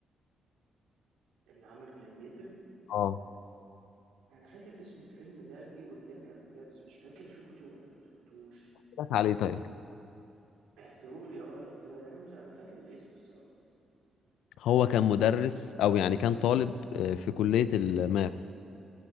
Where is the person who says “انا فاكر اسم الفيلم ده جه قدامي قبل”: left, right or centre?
Right